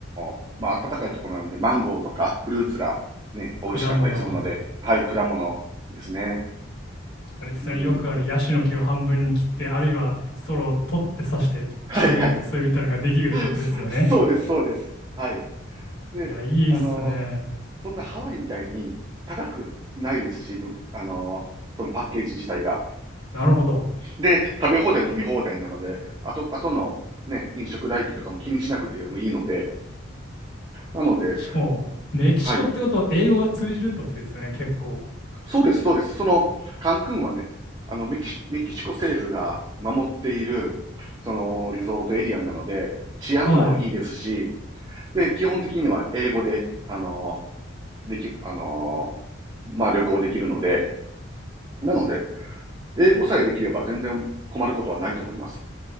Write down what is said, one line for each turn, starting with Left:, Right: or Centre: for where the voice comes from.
Right: ーまあ、暖かいところなんで、マンゴーとかフルーツがね、美味しかったりするので、
Left: 果物。<laughs>
Right: はい、果物ですね。
Left: あれですね、
Right: うん。
Left: よくあるヤシの木を半分に切って、あるいはソロを取って刺して、
Right: はいはい。
Left: チューってそういうみたいなのができるってことですよね。
Right: そそうです、そうです。はい。で、
Left: いや、いいっすね。
Right: あのそんなハワイみたいに高くないですし、ぶあのそのパッケージ自体が。
Left: なるほど。
Right: で、食べ放題、飲み放題なので、あと、あとのね、飲食代金とかも気にしなくてもいいので、なので、
Left: しかも、メキシコってことは英語が通じるってことですよね、
Right: はい。
Left: 結構。
Right: そうです、そうです。その、カンクンはね、あの、メキシ、メキシコ政府が守っている、その、リゾートエリアなので、治安もいいですし、
Left: はい。
Right: で、基本的には英語で、あの、でき、あの、まあ、旅行できるので、なので、英語さえできれば全然困ることはないと思います。